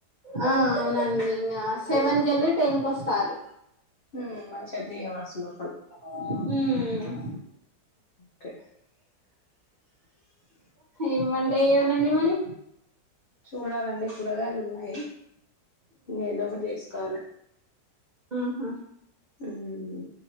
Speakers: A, on the right; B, on the left.
A: ఆ అవునండి ఇంగ సెవెన్
B: ఊమ్
A: కెళ్ళి టెన్కి వస్తారు.
B: హ్మ్ మంచిగ త్రీ హౌర్స్ లో
A: ఉమ్
B: కే
A: ఇంక ఏం చేయాలండి మరి
B: చూడాలండి కూరగాయలు ఉన్నయి ఏదో ఒకటి చేసుకోవాలె.
A: ఆహా
B: ఉమ్